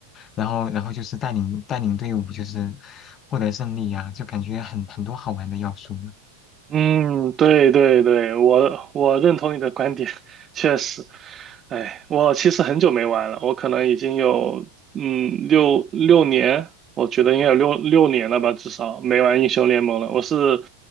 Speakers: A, on the left (about 30°); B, on the right (about 25°).
A: 然后然后就是带领带领队伍，就是获得胜利呀、就感觉很很多好玩的要素呢。
B: 嗯，对对对，我我认同你的观点，<laughs> 确实。哎，我其实很久没玩了，我可能已经有嗯六六年，我觉得应该有六六年了吧，至少没玩英雄联盟了。我是